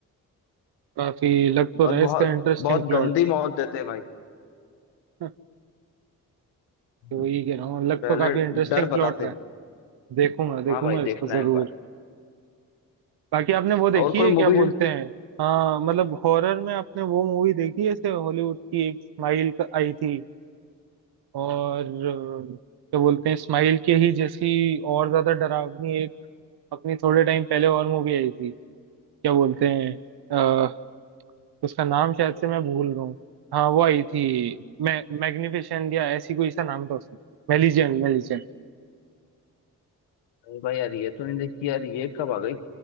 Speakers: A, on the right; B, on the left.
A: काफी लग तो
B: और
A: रहा है
B: बहुत
A: इसका इंटरेस्टिंग
B: बहुत
A: प्लॉट
B: गंदी मौत देते हैं भाई
A: <laughs>
B: हम्म,
A: तो वही कह रहा हूँ लग
B: पहले
A: तो काफी इंटरेस्टिंग
B: डर
A: प्लॉट
B: बताते
A: रहा
B: हैं
A: है देखूंगा
B: हाँ
A: देखूंगा
B: भाई
A: इसको
B: देखना
A: जरूर
B: एक बार
A: बाकी आपने वो देखी
B: और कोई
A: है
B: मूवी
A: क्या बोलते
B: नहीं
A: हैं हाँ मतलब हॉरर में आपने वो मूवी देखी है ऐसे हॉलीवुड की एक स्माइल आई थी और अ, क्या बोलते हैं स्माइल के ही जैसी और ज्यादा डरावनी एक अपनी थोड़े टाइम पहले और मूवी आई थी क्या बोलते हैं आ, उसका नाम शायद से मैं भूल रहा हूँ हाँ वो आई थी मैं मैग्निफिसेंट या ऐसी कोई सा नाम था उसमें मेलिजेंट मेलिजेंट
B: भाई यार ये तो नहीं देखी यार ये कब आ गई